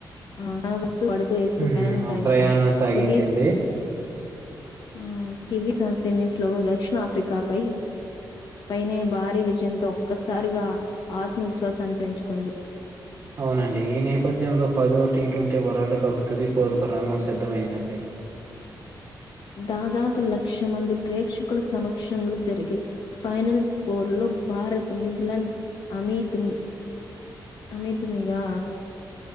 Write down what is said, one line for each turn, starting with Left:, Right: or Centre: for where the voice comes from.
Left: ఆహ్ రవస్. పడుతూ లేస్తూ
Right: ఉమ్
Left: పేరెంట్స్
Right: ఆ
Left: ఆహ్ ఇచ్చిన
Right: ప్రయాణం సాగించింది
Left: కివీస్. ఉమ్ కివి స సెమీస్లో దక్షిణ ఆఫ్రికాపై పైనే భారీ విజయంతో ఒక్కసారిగా ఆత్మవిశ్వాసాన్ని పెంచుకుంది.
Right: అవునండి ఈ నేపథ్యంలో పదో టి ట్వంటీ. వరల్డ్ కప్ తుది పోరుకు రంగం సిద్ధమైందండి.
Left: దాదాపు లక్ష మంది ప్రేక్షకుల సమక్షంలో జరిగే ఫైనల్ ఫోర్లో భారత్ న్యూజిలాండ్ అమీత్మి. అమీ తుమీగా.